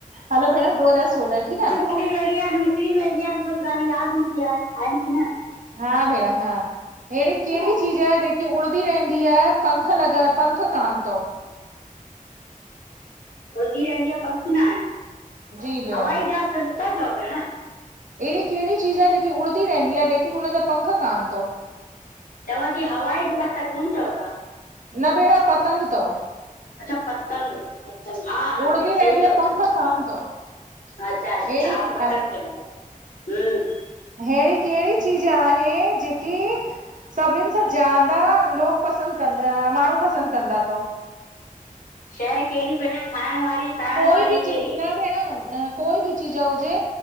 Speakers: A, on the right; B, on the left.
A: हलो भेण दो हज़ार सोलह ठीक आ।
B: ॻाल ई एड़ी आहिन जो विसरी वेंदी आहिन कुछ ॻालियूं याद हूंदी आहिन आइन की न?
A: हा, भेण हा हेड़ी केड़ी
B: हा
A: चीज़ आहे? जेक कि उड़दी रहंदी आहे पंख लॻा पंख कान तव।
B: उड़दी रहंदी आहे। पंख ना आहिन।
A: जी भेण
B: हवाई जहाज़ त नथा चओ भेण?
A: एड़ी केड़ी चीज़ आहे, जेकी उड़ंदी रहंदी आहे, लेकिन हुनजा पंख कान तव?
B: चवाँ ती हवाई ज़हाज कोन चओ ता?
A: न भेण पतंग तव।
B: अच्छा पतंग पतंग हा हा
A: उड़दी
B: जई सही
A: रहंदी
B: चओ
A: आहे पंख
B: ता।
A: कान अथव
B: अच्छा
A: अहिड़ी
B: अच्छा
A: के-
B: हा पतंग चोता। हुम
A: हेड़ी केड़ी चीज आहे जेकी सभिन सां ज्यादा लोग पसंद कंदा माण्हू पसंद कंदा तव?
B: शइ केड़ी भेण खाइण वारी? पाइण
A: कोई
B: वारी
A: बि चीज़
B: कहिड़ी
A: न भेण न कोई बि चीज़ हुजे